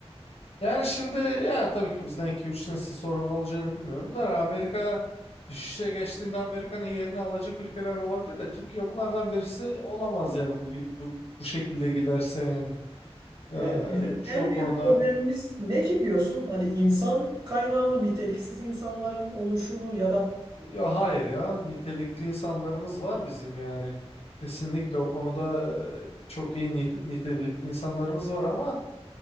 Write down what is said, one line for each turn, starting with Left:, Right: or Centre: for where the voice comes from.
Left: Yani şimdi ya tabii ki bizden 2-3 nesil sonra ne olacağını bilmiyorum da Amerika düşüşe geçtiğinde Amerika'nın yerini alacak ülkeler olabilir de Türkiye bunlardan birisi olamaz yani bu bu, bu şekilde giderse yani. Ee,
Right: Evet, bizim
Left: çok
Right: en büyük
Left: konuda
Right: problemimiz ne ki diyorsun? Hani insan kaynağı mı, niteliksiz insanların oluşumu ya da
Left: ya hayır ya nitelikli insanlarımız var bizim yani. Kesinlikle o konuda e, çok iyi nite- nitelikli insanlarımız var ama